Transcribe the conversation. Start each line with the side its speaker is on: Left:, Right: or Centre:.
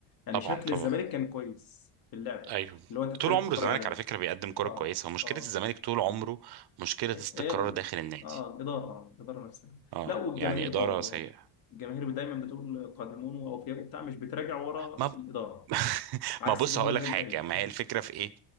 Left: يعني
Right: طبعا
Left: شكل
Right: طبعا
Left: الزمالك كان كويس في اللعب
Right: ايوه
Left: اللي هو انت
Right: طول
Left: تحب
Right: عمره
Left: تتفرج
Right: الزمالك
Left: عليه
Right: على فكره بيقدم كره
Left: اه
Right: كويسه ومشكله
Left: اه
Right: الزمالك طول عمره مشكله استقرار
Left: هي ال...
Right: داخل النادي
Left: اه الاداره آه، الاداره نفسها
Right: اه
Left: لا والجماهير
Right: يعني اداره
Left: برضه
Right: سيئه
Left: الجماهير دايما بتقول قادمون واوفياء وبتاع مش بتراجع ورا
Right: ما
Left: الاداره
Right: <laughs>
Left: عكس
Right: ما بص
Left: جمهور
Right: هقول
Left: النادي
Right: لك حاجه
Left: الاهلي
Right: ما هي الفكره في ايه